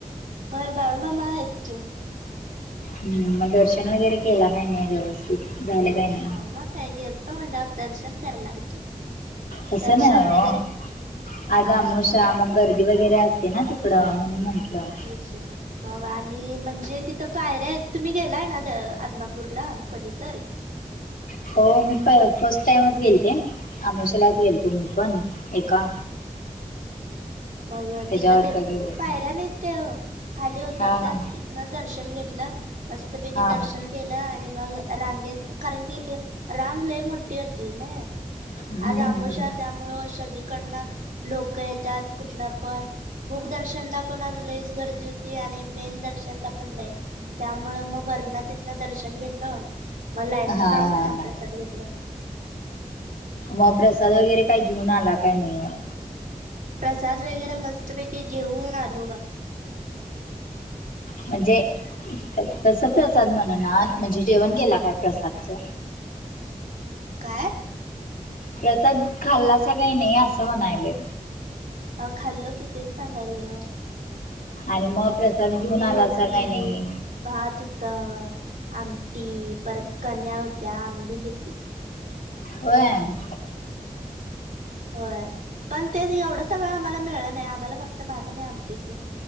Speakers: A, on the right; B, on the left.
A: होय बाळूमामा आहेत की.
B: हम्म, म दर्शन वगैरे केला का नाही व्यवस्थित? झालं काय नाय?
A: आओ मग काय गेलतो म्हंटल्यावर दर्शन करणार की.
B: तसं
A: दर्शन
B: नाहीये
A: वगैरे
B: ओ. आज
A: हा
B: अमोशा मग गर्दी वगैरे अस तेना तिकडं म्हणून म्हटलं.
A: शिसक्त मग आम्ही म्हणजे तिथं पायऱ्या आहेत तुम्ही गेलाय ना गं आदमापूरला कधी तर.
B: हो मी प फर्स्ट टाइमच गेलते, आमोशालाच गेलतो मी पण. एका
A: मग
B: त्याच्यावर
A: तिथं ते
B: का गेलं
A: पायऱ्या
B: पण
A: नाहीत काय ओ, खाली उतरतात
B: हा हा
A: ति पुन्हा दर्शन घेतलं. मस्तपैकी
B: हा हा
A: दर्शन केलं आणि मग रांगेत कारण की रांग लई मोठी होती ना.
B: हम्म
A: आज आमोशा त्यामुळं सगळीकडनं लोकं येत्यात. कुठलं पण मूख दर्शनला पण आज लईच गर्दी होती आणि मेन दर्शनला पण लई. त्यामुळं मग वरनं तिथलं दर्शन घेतलं म लाईनीत
B: हा
A: राहून
B: हा
A: महा
B: हा
A: प्रसाद घेतलं.
B: म प्रसाद वगैरे काय घेऊन आला काय नाय हो?
A: प्रसाद वगैरे मस्तपैकी घेऊन आलो बघ.
B: म्हणजे तसं प्रसाद म्हणनात, म्हणजे जेवण केेला काय प्रसादचं?
A: काय?
B: प्रसाद खाल्लासा काही नाही असं म्हणायलोय.
A: अ खाल्लं की तेच सांगालय हो.
B: आणि म प्रसाद घेऊन आला
A: होती
B: असं काही नाही.
A: भात हुतं, आमटी, परत कन्या हुत्या, आंबिल हुती.
B: वयाम
A: हम्म होय, पण तेच एवढं सगळं आम्हाला मिळलं नाही आम्हाला फक्त भात आणि आमटीच